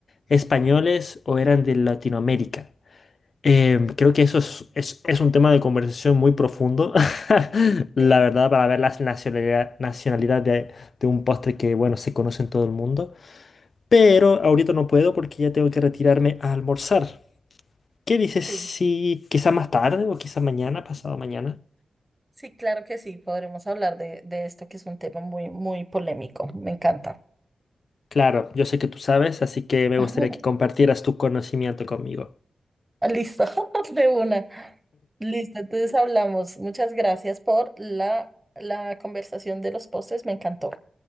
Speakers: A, on the left; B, on the right.
A: españoles o eran de Latinoamérica. Em, creo que eso es, es- es un tema de conversación muy profundo, <laughs> la
B: Sí,
A: verdad, para ver la nacionalidad, nacionalidad de, de un postre que, bueno, se conoce en todo el mundo. Pero ahorita no puedo porque ya tengo que retirarme a almorzar. ¿Qué dices
B: sí,
A: si quizá más tarde o quizá mañana, pasado mañana?
B: sí, claro que sí, podremos hablar de, de esto que es un tema muy, muy polémico, me encanta.
A: Claro, yo sé que tú sabes, así que me
B: <laughs>
A: gustaría que compartieras tu conocimiento conmigo.
B: Listo, <laughs> de una. Listo, entonces hablamos. Muchas gracias por la, la conversación de los postres, me encantó.